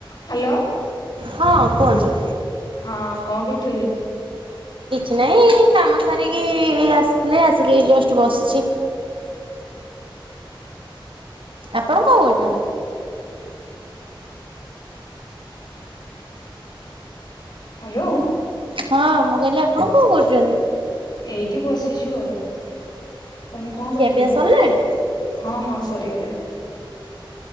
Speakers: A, on the left; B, on the right.
A: ହ୍ୟାଲୋ।
B: ହଁ କୁହନ୍ତୁ।
A: ହଁ କଣ କରୁଥିଲେ?
B: କିଛି ନାହିଁ କାମ ସାରିକି ଆସିଥିଲି ଆସିକି ଜଷ୍ଟ ବସିଛି। ଆପଣ କଣ କହୁଛନ୍ତି?
A: ହ୍ୟାଲୋ
B: ହଁ ମୁଁ କହିଲି ଆପଣ କଣ କରୁଛନ୍ତି?
A: ଏଇଠି ବସିଛୁ ଆଉ। ତମେ କଣ
B: ଖିଆପିଆ
A: କରୁଥିଲ?
B: ସରିଲାଣି?
A: ହଁ ହଁ ସରିଗଲାଣି।